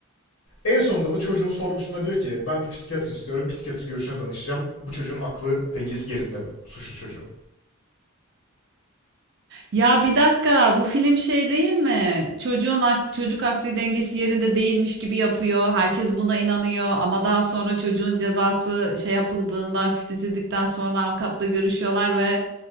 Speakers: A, on the left; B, on the right.
A: En sonunda da çocuğun sorgusunda diyor ki ben bir psikiyatr istiyorum. Psikiyatr görüşüne danışacağım. Bu çocuğun aklı dengesi yerinde mi? Suçlu çocuğun.
B: Ya bir dakika bu film şey değil mi? Çocuğun ak- çocuk akli dengesi yerinde değilmiş gibi yapıyor. Herkes buna inanıyor ama daha sonra çocuğun cezası şey yapıldığında hafifletildikten sonra avukatla görüşüyorlar ve